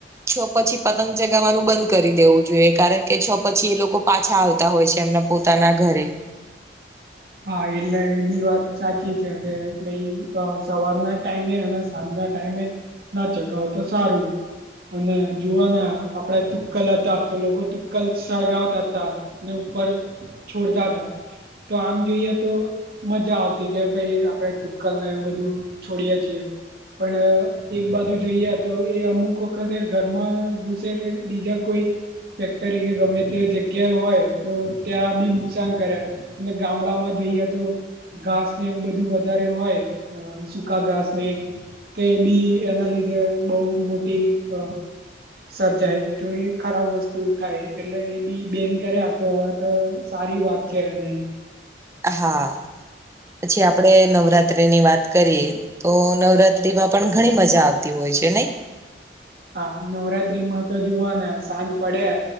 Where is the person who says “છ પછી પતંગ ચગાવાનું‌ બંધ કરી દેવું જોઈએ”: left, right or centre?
Right